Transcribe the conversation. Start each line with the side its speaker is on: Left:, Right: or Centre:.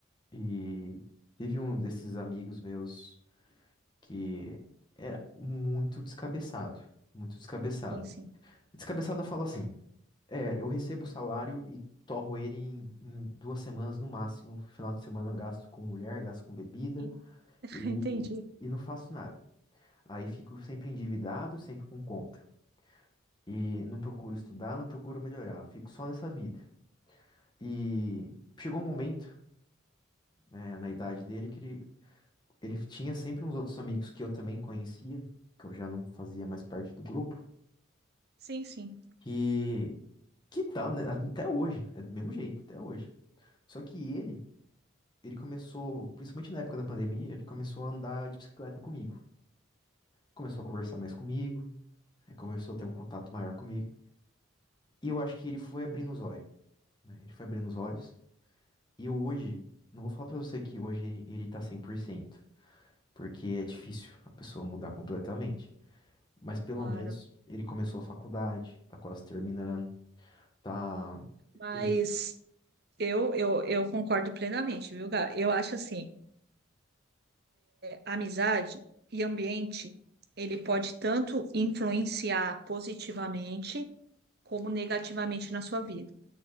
Left: E tive um desses amigos meus. que era muito descabeçado, muito descabeçado.
Right: Sim, sim.
Left: Descabeçado eu falo assim, é, eu recebo o salário e torro ele em, em duas semanas no máximo, final de semana gasto com mulher, gasto com bebida
Right: En- <laughs>
Left: e,
Right: Entendi.
Left: e não faço nada. Aí fico sempre endividado, sempre com conta. E não procuro estudar, não procuro melhorar, eu fico só nessa vida. E chegou um momento, né, na idade dele que ele, ele tinha sempre uns outros amigos que eu também conhecia, que eu já não fazia mais parte do grupo,
Right: Sim, sim,
Left: Que, que tá, né? Até hoje, é do mesmo jeito, até hoje. Só que ele, ele começou, principalmente na época da pandemia, ele começou a andar de bicicleta comigo. Começou a conversar mais comigo, eh, começou a ter um contato maior comigo. E eu acho que ele foi abrindo os olhos, né? Ele foi abrindo os olhos. E eu hoje, não vou falar pra você que hoje ele tá 100% porque é difícil a pessoa mudar completamente. Mas pelo
Right: claro.
Left: menos ele começou a faculdade, tá quase terminando, tá.
Right: Mas
Left: Eu...
Right: eu, eu, eu concordo plenamente, viu, Gá? Eu acho assim. amizade e ambiente, ele pode tanto influenciar positivamente como negativamente na sua vida.